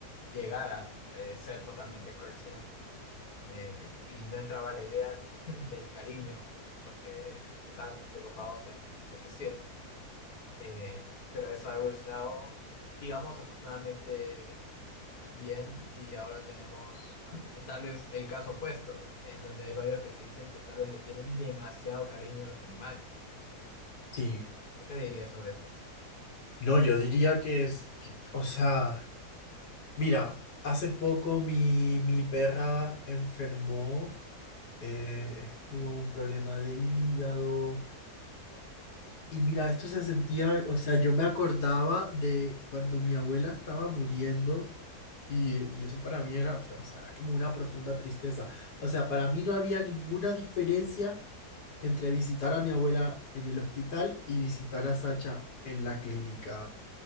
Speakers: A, on the left; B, on the left.
A: llegar a eh, ser totalmente cruel siempre. Eh, y no entraba la idea <laughs> del cariño, porque estaban preocupados en subsistir. Eh, pero eso ha evolucionado, digamos, afortunadamente bien y ahora tenemos <laughs> tal vez el caso opuesto, en donde hay varios que se dicen que tal vez le tienen demasiado cariño a los animales.
B: sí,
A: ¿Tú qué dirías sobre eso?
B: no, yo diría que es, que- o sea... Mira, hace poco mi, mi perra enfermó, eh, estuvo un problema de hígado. Y mira, esto se sentía, o sea, yo me acordaba de cuando mi abuela estaba muriendo y, y eso para mí era, fue- o sea, era como una profunda tristeza. O sea, para mí no había ninguna diferencia entre visitar a mi abuela en el hospital y visitar a Sacha en la clínica.